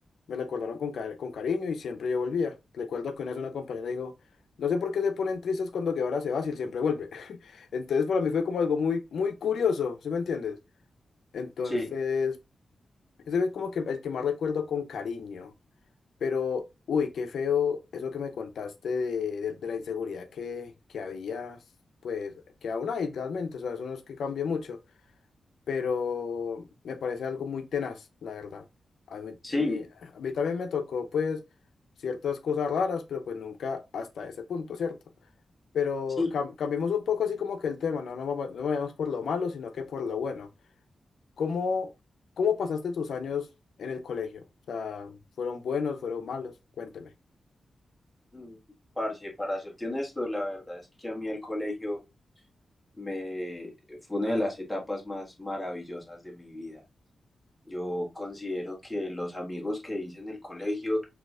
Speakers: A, on the left; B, in the centre.
A: me recordaron con, cari- con cariño y siempre yo volvía. Recuerdo que una vez una compañera dijo, no sé por qué se ponen tristes cuando Guevara se va, si él siempre vuelve. <laughs> Entonces para mí fue como algo muy, muy curioso, ¿sí me entiendes? Entonces...
B: Sí,
A: Ese es como que el que más recuerdo con cariño. Pero, uy, qué feo eso que me contaste de, de- de la inseguridad que, que habías, pues, que aún hay realmente, o sea, eso no es que cambie mucho, pero me parece algo muy tenaz, la verdad. A mí,
B: sí,
A: me- a mí también me tocó, pues, ciertas cosas raras, pero pues nunca hasta ese punto, ¿cierto? Pero
B: sí.
A: cam- cambiemos un poco así como que el tema, no, no, vamos- no vayamos por lo malo, sino que por lo bueno. ¿Cómo, cómo pasaste tus años en el colegio? O sea, ¿fueron buenos, fueron malos? Cuénteme.
B: Mm, Parce, para serte honesto, la verdad es que a mí el colegio me fue una de las etapas más maravillosas de mi vida. Yo considero que los amigos que hice en el colegio